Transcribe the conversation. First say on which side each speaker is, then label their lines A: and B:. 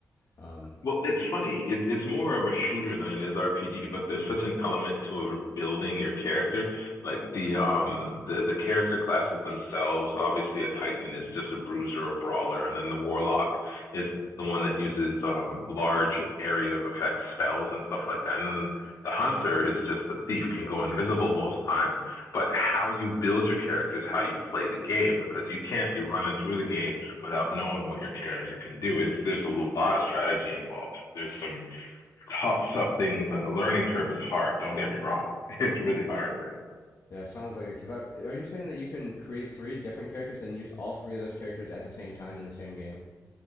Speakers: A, on the left; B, on the left.
A: Um,
B: Well, it's funny. It's it's more of a shooter than it is RPG, but there's
A: <laughs>
B: such an element to a building your character. Like the um the the character classes themselves, obviously a Titan is just a bruiser or brawler, and then the Warlock is the one that uses um large area of effect spells and stuff like that. And then the Hunter is just the thief, can go invisible most times. But how you build your character is how you play the game because you can't be running through the game without knowing what your character can do. It's there's a lot of strategy involved. There's some tough, tough things, and the learning curve is hard. Don't get me wrong; <laughs> it's really hard, man.
A: that sounds like it. Because are you saying that you can create three different characters and use all three of those characters at the same time in the same game?